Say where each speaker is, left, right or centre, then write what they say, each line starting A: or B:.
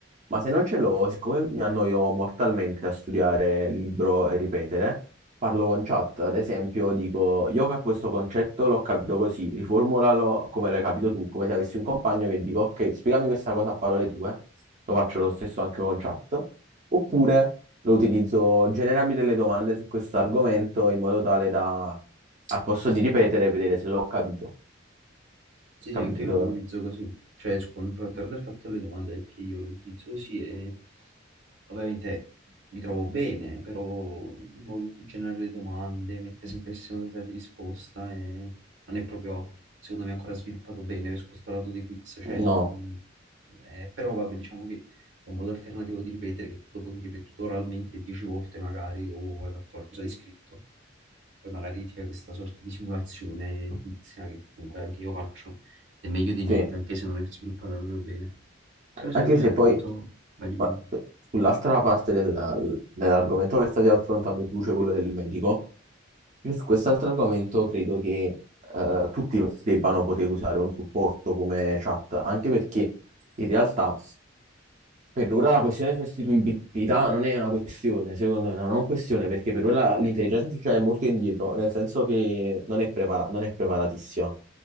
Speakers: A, on the right (about 40°); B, on the right (about 70°).
A: Ma se non ce l'ho, siccome mi annoio mortalmente a studiare libro e ripetere, parlo con chat, ad esempio, dico yoga, questo concetto l'ho capito così, riformulalo come l'hai capito tu, come se avessi un compagno che dico, ok, spiegami questa cosa a parole tue, lo faccio lo stesso anche con chat, oppure lo utilizzo, generami delle domande su questo argomento in modo tale da, al posto di ripetere, vedere se l'ho capito.
B: Sì,
A: Capite
B: sì, anche io
A: che
B: lo utilizzo così. Cioè, su- con- per per aver fatto le domande, è che io lo utilizzo così e ovviamente mi trovo bene, però il modo in cui genera le domande mette sempre il segno della di risposta e non è proprio, secondo me, ancora sviluppato bene su questo lato dei quiz. Cioè,
A: no,
B: mh, eh, però vabbè, diciamo che è un modo alternativo di ripetere che tu dopo hai ripetuto oralmente dieci volte magari o hai fatto qualcosa di scritto poi magari ti fai questa sorta di simulazione edilizia che comunque anche io faccio, è meglio di niente,
A: sì,
B: anche se non è sviluppata proprio bene. Però secondo
A: anche
B: me
A: se
B: appunto,
A: poi
B: va di
A: ma-
B: meno.
A: eh, sull'altra parte del- dell'argomento che stavi affrontando tu, cioè quello del medico. Io su quest'altro argomento credo che eh, tutti debbano poter usare un supporto come chat, anche perché in realtà per ora la questione di sostituibilità non è una questione, secondo me, è una non questione, perché per ora l'intelligenza artificiale è molto indietro, nel senso che non è prepara- non è preparatissima